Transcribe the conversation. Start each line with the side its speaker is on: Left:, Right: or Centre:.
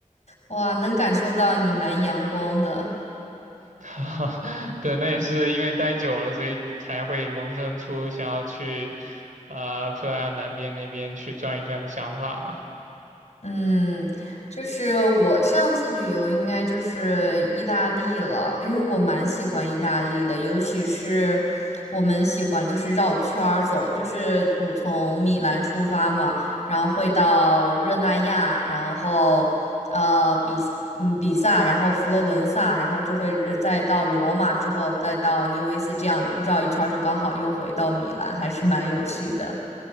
Left: 哇，能感受到你蛮阳光的。
Right: <laughs> 对，那也是因为待久了，所以才会萌生出想要去啊、葡萄牙南边那边去转一转的想法嘛。
Left: 嗯，就是我上次旅游应该就是意大利了，因为我蛮喜欢意大利的，尤其是我们喜欢就是绕圈儿走，就是我从米兰出发嘛，然后会到热那亚，然后呃比嗯比萨，然后佛罗伦萨，然后就会呃再到罗马之后再到尼维斯，这样绕一圈儿就刚好又回到米兰，还是蛮有趣的。